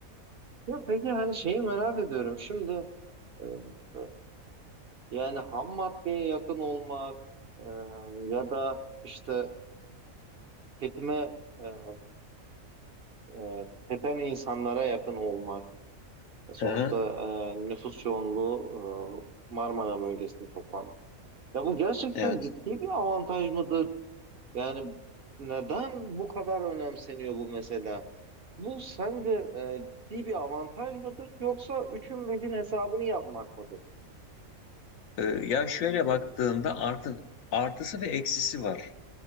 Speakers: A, on the right; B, on the left.
A: Ya peki hani şeyi merak ediyorum. Şimdi e, e, yani ham maddeye yakın olmak e, ya da işte tüketime e, e, tüketen insanlara yakın olmak. Sonuçta
B: Hı hı,
A: e, nüfus yoğunluğu e, Marmara bölgesinde toplanmış. Ya bu gerçekten
B: evet.
A: ciddi bir avantaj mıdır? Yani neden bu kadar önemseniyor bu mesela? Bu sence e, ciddi bir avantaj mıdır yoksa üçün beşin hesabını yapmak mıdır?
B: Ee, ya şöyle baktığında artı, artısı ve eksisi var.